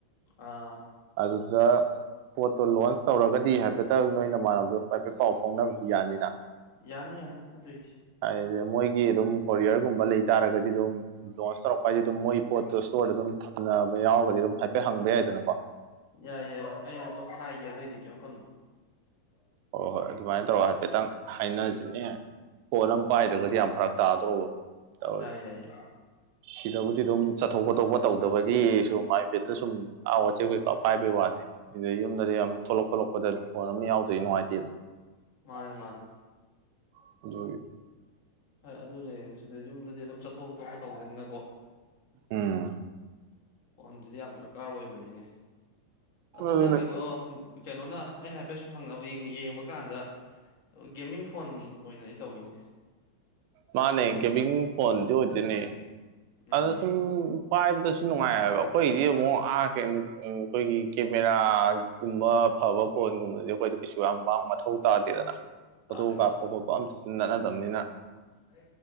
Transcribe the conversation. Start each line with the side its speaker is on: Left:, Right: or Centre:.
Left: ꯑꯥ
Right: ꯑꯗꯨꯗ ꯄꯣꯠꯇꯣ ꯂꯣꯟꯁ ꯇꯧꯔꯒꯗꯤ ꯍꯥꯏꯐꯦꯠꯇꯪ ꯅꯣꯏꯅꯃꯥꯟꯅꯕꯗꯨ <unintelligible> ꯍꯥꯏꯐꯦꯠ ꯄꯥꯎ ꯐꯥꯎꯅꯕꯗꯤ ꯌꯥꯅꯤꯅ꯫
Left: ꯌꯥꯅꯤ ꯌꯥꯅꯤ ꯑꯗꯨꯏꯗꯤ꯫
Right: ꯍꯥꯏꯗꯤ ꯃꯣꯏꯒꯤ ꯑꯗꯨꯝ ꯀꯣꯔꯤꯌꯔꯒꯨꯝꯕ ꯂꯩꯇꯥꯥꯔꯒꯗꯤ ꯑꯗꯨꯝ ꯂꯣꯟꯁ ꯇꯧꯔꯛꯄ ꯍꯥꯏꯁꯦ ꯑꯗꯨꯝ ꯃꯣꯏ ꯄꯣꯠꯇꯣ ꯏꯁ꯭ꯇꯣꯔꯗ ꯑꯗꯨꯝ ꯊꯝꯅꯕ ꯌꯥꯎꯔꯒꯗꯤ ꯑꯗꯨꯝ ꯍꯥꯏꯐꯦꯠ ꯍꯪꯕ ꯌꯥꯏꯗꯅꯀꯣ
Left: ꯌꯥꯏ ꯌꯥꯏ ꯑꯩꯅ ꯑꯗꯨꯝ ꯍꯥꯏꯒꯦ ꯑꯗꯨꯑꯣꯏꯗꯤ ꯀꯩꯝ ꯈꯜꯂꯨ
Right: ꯍꯣꯏ ꯍꯣꯏ ꯑꯗꯨꯃꯥꯏꯅ ꯇꯧꯔꯒ ꯍꯥꯏꯐꯦꯠꯇꯪ ꯍꯥꯏꯅꯁꯤꯅꯦ ꯄꯣꯠ ꯑꯃ
Left: ꯍꯣꯏ
Right: ꯄꯥꯏꯗ꯭ꯔꯒꯗꯤ
Left: ꯍꯣꯏ
Right: ꯌꯥꯝ ꯐꯔꯛ ꯇꯥꯗꯧꯕ ꯇꯧꯋ
Left: ꯌꯥ ꯌꯥꯏ
Right: ꯁꯤꯗꯕꯨꯗꯤ ꯑꯗꯨꯝ ꯆꯠꯊꯣꯛ ꯈꯣꯊꯣꯛꯄ ꯇꯧꯗꯕꯒꯤ ꯁꯨꯝ ꯍꯥꯏꯐꯦꯠꯇ ꯁꯨꯝ ꯑꯥ ꯋꯥꯠꯆꯦ ꯀꯀ ꯄꯥꯏꯕꯩ ꯋꯥꯅꯤ ꯑꯗꯨꯗ ꯌꯨꯝꯗꯗꯤ ꯌꯥꯝ ꯊꯣꯛꯂꯛꯄꯗ ꯐꯣꯟ ꯑꯃ ꯌꯥꯎꯗꯔꯗꯤ ꯅꯨꯡꯉꯥꯏꯇꯦꯗꯅ꯫
Left: ꯃꯥꯅꯦ ꯃꯥꯅꯦ
Right: <unintelligible>
Left: ꯍꯣꯏ ꯑꯗꯨꯅꯦ ꯁꯤꯗ ꯌꯨꯝꯗꯗꯤ ꯑꯗꯨꯝ ꯆꯠꯊꯣꯛ ꯈꯊꯣꯛꯄ ꯇꯧꯗꯣꯏꯅꯤꯅꯀꯣ꯫
Right: ꯎꯝ
Left: ꯐꯣꯟꯗꯨꯗꯤ ꯌꯥꯝ ꯗꯔꯀꯥꯔ ꯑꯣꯏꯕꯅꯤꯅꯦ ꯑꯗꯨ
Right: ꯑꯗꯨꯅꯦ
Left: ꯅꯪꯒꯤꯗꯣ ꯀꯩꯅꯣꯅ ꯑꯩꯅ ꯍꯥꯏꯐꯦꯠ ꯁꯨꯝ ꯍꯪꯅꯕ ꯌꯦꯡꯕ ꯀꯥꯟꯗ ꯒꯦꯃꯤꯡ ꯐꯣꯟ ꯑꯣꯏꯅꯗꯤ ꯇꯧꯋꯤꯅꯦ
Right: ꯃꯥꯅꯦ ꯒꯦꯕꯤꯡ ꯐꯣꯟꯗꯨ ꯑꯣꯏꯗꯣꯏꯅꯦ
Left: ꯎꯝ
Right: ꯑꯗ ꯁꯨꯝ ꯄꯥꯏꯕꯗꯁꯨ ꯅꯨꯡꯉꯥꯏ ꯍꯥꯏꯕ ꯑꯩꯈꯣꯏꯗꯤ ꯑꯃꯨꯛ ꯑ ꯀꯔꯤꯅꯣ ꯑꯩꯈꯣꯏꯒꯤ ꯀꯦꯃꯦꯔꯥꯒꯨꯝꯕ ꯐꯕ ꯐꯣꯟꯒꯨꯝꯕꯗꯤ ꯑꯩꯈꯣꯏꯗ ꯀꯩꯁꯨ ꯌꯥꯝ ꯋꯥꯡꯕ ꯃꯊꯧ ꯇꯥꯗꯦꯗꯅ ꯐꯣꯇꯣ
Left: ꯇꯥꯗꯦ
Right: ꯀꯥꯞꯄ ꯈꯣꯠꯄ ꯑꯝꯇꯁꯨ ꯅꯠꯅꯗꯕꯅꯤꯅ
Left: ꯍ